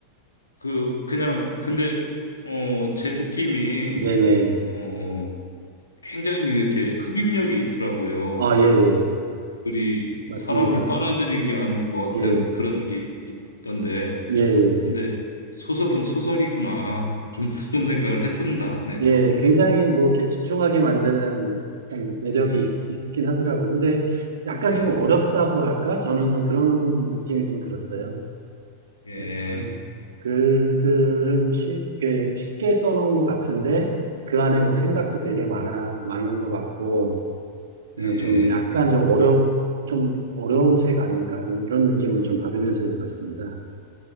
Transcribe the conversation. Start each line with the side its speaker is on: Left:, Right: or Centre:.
Left: 그, 그냥, 근데, 어, 제 느낌이,
Right: 네네.
Left: 어, 굉장히 이렇게 흡입력이 있더라고요.
Right: 아, 예, 예.
Left: 그 그리
Right: 맞습니다.
Left: 사람을 빨아들이게 한 것
Right: 예,
Left: 같은 그런 게 있던데,
Right: 예, 예.
Left: 근데 소설은 소설이구나. 좀 <laughs> 그런 생각을 했습니다. 네.
Right: 예, 굉장히 뭐 이렇게 집중하게 만드는 참 매력이
Left: 예,
Right: 있긴 하더라고요. 근데 약간
Left: 예,
Right: 좀 어렵다고 할까? 저는 좀 그런 느낌이 좀 들었어요.
Left: 예,
Right: 약간 글들은 쉽게, 쉽게 써놓은 것 같은데, 그 안에 뭐 생각도 되게 많아, 많은 것 같고,
Left: 예.
Right: 어, 좀 약간 좀 어려, 좀 어려운 책 아닌가? 이런 느낌을 좀 받으면서 읽었습니다.